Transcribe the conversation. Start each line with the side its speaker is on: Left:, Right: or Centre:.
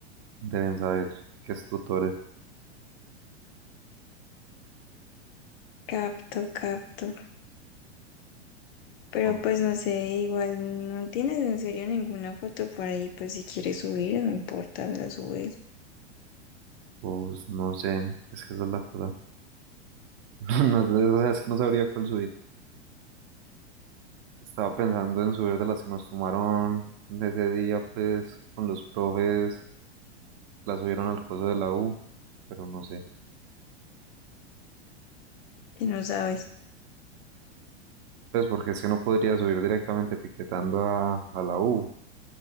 Right: deben saber que es tutores.
Left: capto, capto. Pero
Right: Ah,
Left: pues no sé, igual no tienes en serio ninguna foto por ahí, pues si quieres subir, no importa, la subes.
Right: Pues no sé, es que esa es la cosa. <laughs> No, no, sé, o sea, es que no sabría cuál subir. Estaba pensando en subir de las que nos tomaron de ese día, pues, con los profes, las subieron al coso de la U, pero no sé.
Left: Y no sabes.
Right: Pues porque es que no podría subir directamente etiquetando a, a la U,